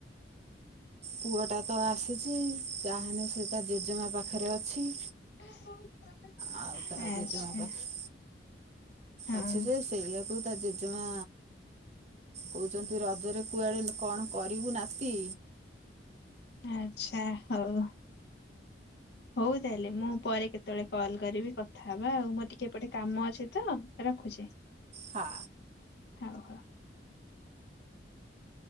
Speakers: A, on the right; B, on the left.
A: ପୁଅ ଟା ତ ଆସିଛି ଯାହେଲେ ସେ ତା ଜେଜେମା ପାଖରେ ଅଛି
B: <unintelligible>
A: ଆଉ ତା
B: ଆଚ୍ଛା
A: ଜେଜେମା ପାଖରେ
B: ହଁ
A: ଅଛି ଯେ ସେଇଆକୁ ତା ଜେଜେମା କହୁଛନ୍ତି ରଜରେ କୁଆଡେ କଣ କରିବୁ ନାତି?
B: ଆଚ୍ଛା ହଉ। ହଉ ତାହେଲେ ମୁଁ ପରେ କେତେବେଳେ କଲ୍ କରିବି କଥାହବା ଆଉ ମୋର ଟିକେ ଏପଟେ କାମ ଅଛି ତ ରଖୁଛି।
A: ହଁ।
B: ହଉ ହଉ।